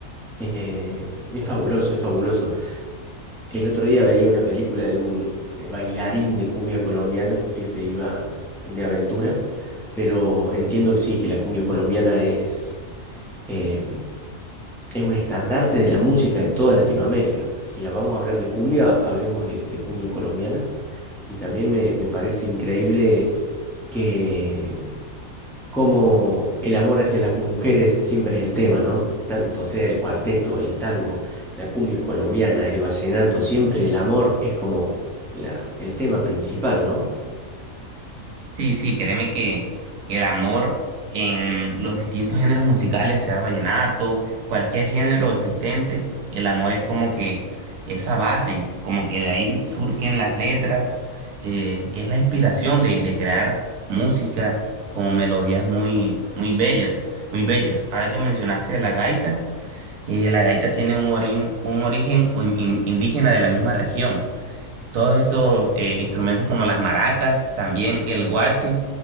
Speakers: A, in the centre; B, on the right.
A: Eh, es fabuloso, es fabuloso. El otro día veía una película de un eh, bailarín de cumbia colombiana que se iba de aventura, pero entiendo sí que la cumbia colombiana es eh, es un estandarte de la música en toda Latinoamérica. Si vamos a hablar de cumbia, hablemos de, de cumbia colombiana. Y también me, me parece increíble que como el amor hacia las mujeres siempre es el tema, ¿no? Tanto sea el cuarteto, el tango, la cumbia colombiana, el vallenato, siempre el amor es como la- el tema principal, ¿no?
B: Sí, sí, créeme que el amor en los distintos géneros musicales, sea vallenato, cualquier género existente, el amor es como que esa base, como que de ahí surgen las letras, eh, es la inspiración de, de crear música con melodías muy, muy bellas, muy bellas. Ahora que mencionaste la gaita, eh, la gaita tiene un, orin- un origen o in- in- indígena de la misma región. Todos estos eh, instrumentos como las maracas, también el guache,